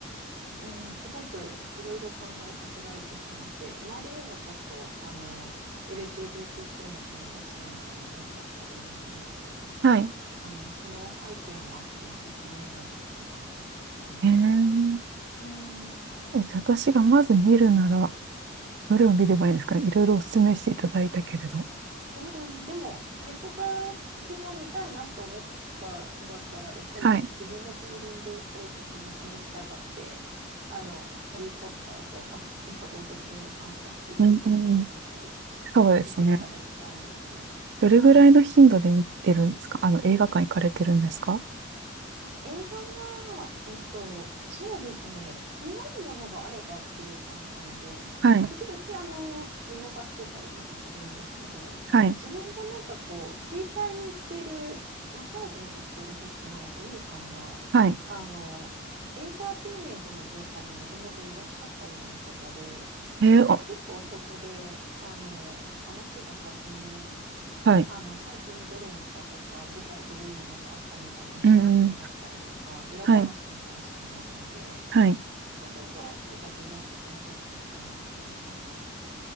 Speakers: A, on the right (about 30°); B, on the right (about 55°).
A: うん、すごくいろいろ考えさせられてしまって、周りにもちょっと、あの、LGBTQ の友達なんかも多かったりもするので、
B: はい。
A: あの、その背景もあって素敵な映画だったなと思いました。
B: えー、
A: うーん。
B: え、じゃあ私がまず見るなら、どれを見ればいいですかねいろいろお勧めしていただいたけれど。
A: どうだろう。でも、ハリポタ系を見たいなと思ったんだったら、やっぱり自分のフィーリングというか気持ちに従って、
B: はい。
A: あの、ハリー・ポッターと、あと先ほどおすすめのファンタスティック・
B: うん、
A: ビーストをぜひ
B: うん。そうですね。
A: 見ていただきたいですね。はい。
B: どれぐらいの頻度で見てるんですかあの、映画館行かれてるんですか
A: 映画は、えっと、そうですね、気になるものがあればっていう感じなので、
B: はい。
A: 時々あの見逃してたりとかするんですけど、
B: はい。
A: 自分がなんかこう、整体に行ってる、マッサージに行ってる先のお兄さんが、
B: はい。
A: あの、エンターテインメントの業界にもともといらっしゃったような方で、
B: えー、
A: なんか結構そこで、
B: あ、
A: あの、話が弾み、
B: はい。
A: あの、最近どれ見たとか、舞台どういうのがあったみたいな話になったりとか、
B: うん、うん。
A: 裏話の話になるので、
B: はい。はい。
A: そうすると、なんか自動的にチェックしちゃうなって思います。